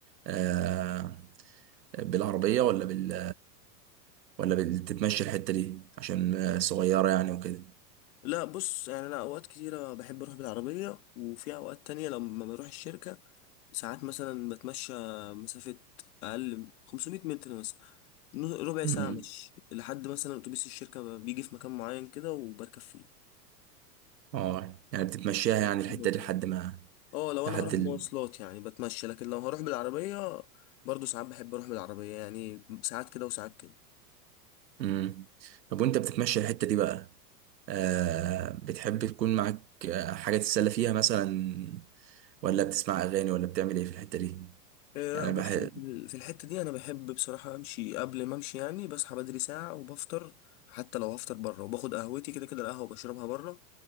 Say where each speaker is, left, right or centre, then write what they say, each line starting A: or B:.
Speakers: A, on the right; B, on the left.
A: آه بالعربية ولا بال ولا بتتمشى الحتة دي عشان آه، صغيرة يعني وكده
B: لا بص يعني انا اوقات كتيره بحب اروح بالعربيه وفي اوقات تانية لما بروح الشركه ساعات مثلا بتمشى مسافه اقل من 500 متر مثلا نو- ربع
A: امم
B: ساعه مشي لحد مثلا اتوبيس الشركه بيجي في مكان معين كده وبركب فيه
A: اه يعني بتتمشاها
B: مواصلات
A: يعني الحتة دي
B: يعني
A: لحد ما
B: اه لو
A: لحد
B: انا هروح
A: ال...
B: مواصلات يعني بتمشى لكن لو هروح بالعربيه برضو ساعات بحب اروح بالعربيه يعني ساعات كده وساعات كده
A: امم طب وانت بتتمشى الحتة دي بقى آه بتحب تكون معاك حاجة تتسلى فيها مثلا ولا بتسمع أغاني ولا بتعمل ايه في الحتة دي
B: آه،
A: يعني
B: لا بص
A: انا بحب
B: أنا في في الحتة دي أنا بحب بصراحة أمشي قبل ما أمشي يعني بصحى بدري ساعة وبفطر حتى لو هفطر بره وباخد قهوتي كده كده القهوة بشربها بره